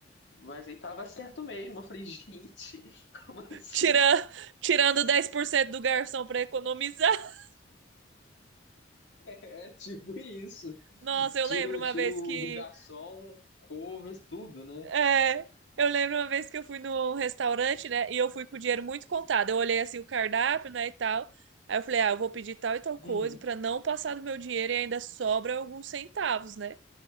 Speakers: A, on the left; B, on the right.
A: Mas aí tava certo mesmo. Eu falei, gente, <laughs> como assim?
B: Tira, tirando 10% do garçom pra economizar. <laughs>
A: É, tipo isso.
B: Nossa, eu
A: Tiro,
B: lembro uma
A: tiro
B: vez que
A: do garçom, covers, tudo, né?
B: É, eu lembro uma vez que eu fui num restaurante, né? E eu fui com o dinheiro muito contado. Eu olhei assim o cardápio, né, e tal. Aí eu falei, ah, eu vou pedir tal e tal
A: Uhum,
B: coisa pra não passar do meu dinheiro e ainda sobra alguns centavos, né?